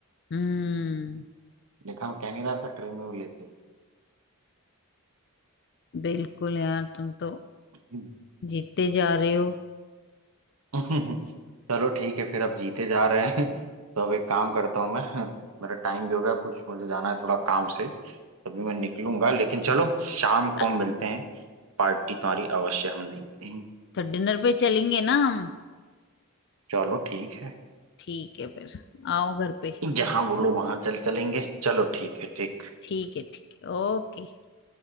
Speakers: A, on the left; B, on the right.
A: हम्म
B: देखा मैं कह नहीं रहा था ट्रेन में वो लेते
A: बिल्कुल यार तुम तो
B: हैं।
A: जीतते जा रहे हो
B: <laughs> चलो ठीक है फिर अब जीते जा रहे हैं <laughs> तो अब एक काम करता हूँ मैं <laughs> मेरा टाइम भी हो गया कुछ मुझे जाना है थोड़ा काम से तभी मैं निकलूंगा लेकिन चलो शाम को
A: अ-
B: हम मिलते हैं पार्टी तुम्हारी अवश्य हम देंगे
A: तो डिनर पे चलेंगे ना हम
B: चलो ठीक है
A: ठीक है फिर आओ घर पे
B: जहाँ बोलो वहां चल चलेंगे चलो ठीक है ठीक
A: ठीक है ठीक है ओके